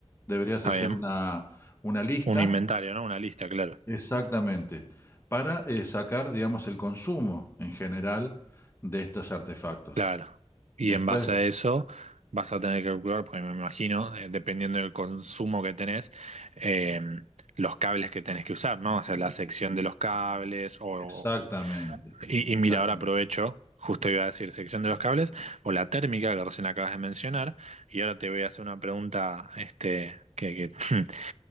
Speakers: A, on the left; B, on the right.
A: deberías
B: está
A: hacer
B: bien.
A: una, una lista
B: Un inventario, ¿no? Una lista, claro,
A: exactamente para eh, sacar, digamos, el consumo en general de estos artefactos.
B: claro. Y
A: Después,
B: en base a eso vas a tener que calcular, porque me imagino, eh, dependiendo del consumo que tenés, eh, los cables que tenés que usar, ¿no? O sea, la sección de los cables o,
A: exactamente,
B: Y,
A: exactamente,
B: y mira, ahora aprovecho, justo iba a decir sección de los cables, o la térmica que recién acabas de mencionar, y ahora te voy a hacer una pregunta este, que, que <laughs>